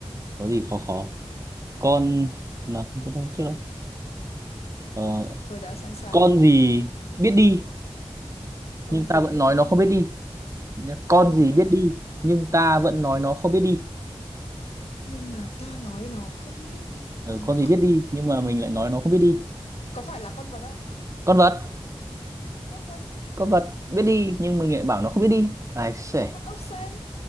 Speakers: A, on the right; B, on the left.
A: có gì khó khó con nào tôi đâu trước đấy
B: tôi đã sẵn sàng
A: con gì biết đi
B: con
A: nhưng
B: gì
A: ta vẫn
B: biết
A: nói
B: đi
A: nó không biết đi nhá. con
B: nhưng
A: gì
B: ta
A: biết đi nhưng ta vẫn nói nó không biết đi
B: nhưng mà ta nói nó không biết đi
A: ừ,
B: nó
A: con
B: không
A: gì biết đi nhưng mà mình lại nói nó không biết đi
B: có phải là con vật không
A: con vật
B: con vật
A: con vật biết đi nhưng mình lại bảo nó không biết đi ai sể
B: con ốc sên